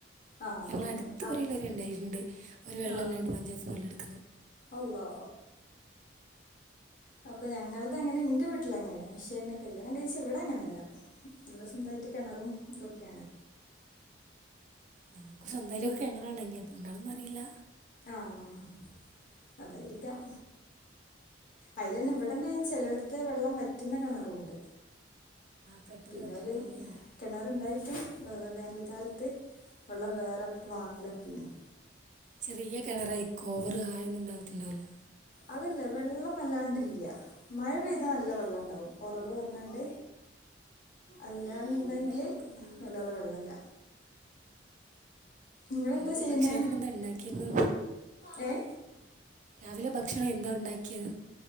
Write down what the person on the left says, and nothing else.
ആ ആഹ്
അങ്ങനെ
അവി
ആഹ്
അള്ളാ ഹ പ്പോ ഞങ്ങളത് അങ്ങനെ ന്റെ വീട്ടിൽ അങ്ങനെയാണ് പക്ഷെ ന്നെ കല്യാണം കഴിച്ച ഇവിടെ അങ്ങനെയല്ല ഇവിടെ സ്വന്തമായിട്ട് കെണറും ഇതൊക്കെണ്
ആഹ് അതായിരിക്കാം അയിൽ തന്നെ ഇവിട തന്നെ ചെലടത്ത് വെള്ളം വറ്റുന്ന കിണറുണ്ട്
<unintelligible>
ഏ ആ വേനൽക്കാലത്ത് വെള്ളം വേറെ വാങ്ങലൊക്കേയ്ന്
അതല്ല വെള്ളം വല്ലാണ്ടില്ല മഴ പെയ്താ നല്ല വെള്ളം ണ്ടാവും ഉറവ് വന്നാണ്ട് അല്ല വല്ലന്നുണ്ടെങ്കില്
വല്ലാതെ വെള്ളയില്ല നിങ്ങളെന്താ
ചെയ്യുന്നേ
ഏ